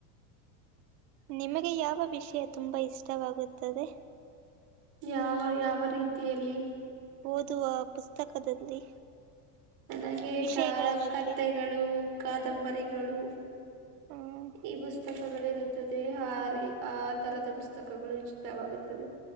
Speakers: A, on the right; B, on the right.
A: ನಿಮಗೆ ಯಾವ ವಿಷಯ ತುಂಬಾ ಇಷ್ಟವಾಗುತ್ತದೆ
B: ಯಾವ ಯಾವ ರೀತಿಯಲ್ಲಿ
A: ಓದುವ ಪುಸ್ತಕದಲ್ಲಿ
B: ನನಗೆ
A: ವಿಷಯಗಳ
B: ಕ
A: ಬಗ್ಗೆ
B: ಕತ್ತೆಗಳು ಕಾದಂಬರಿಗಳು
A: ಹ್ಮ್
B: ಈ ಪುಸ್ತಕಗಳಿರುದ ತದೇ ಹಾರಿ ಆ ತರದ ಪುಸ್ತಕಗಳು ಇಷ್ಟವಾಗುತ್ತದೆ